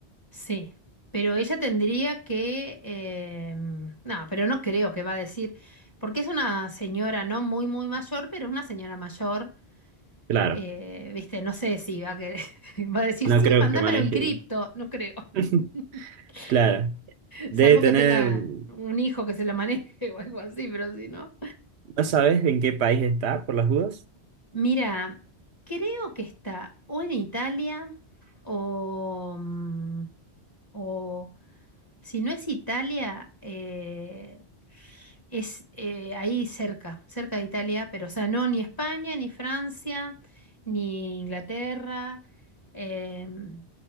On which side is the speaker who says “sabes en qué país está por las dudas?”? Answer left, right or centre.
Right